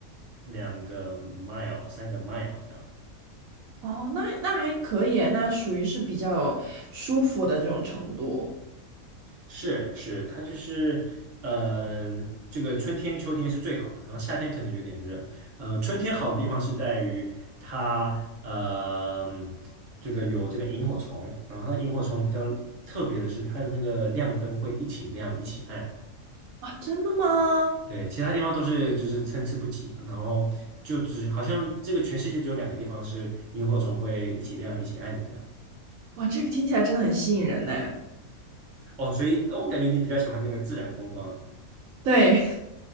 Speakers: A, on the right; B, on the right.
A: 两个 mile 三个 mile 这样，
B: 哦，那那还可以，那属于是比较有舒服的这种程度。
A: 是是，它就是，嗯，这个春天、秋天是最好的，然后夏天可能有点热。嗯，春天好的地方是在于它，嗯，这个有这个萤火虫，然后它萤火虫比较特别的是它的那个亮灯会一起亮一起暗，
B: 哇，真的吗？
A: 对，其他地方都是就是参差不齐的，然后就只好像这个全世界只有两个地方是萤火虫会一起亮一起暗的这样。
B: 哇，这个听起来真的很吸引人呢。
A: 哦，所以呃我感觉你比较喜欢那个自然风光。
B: 对，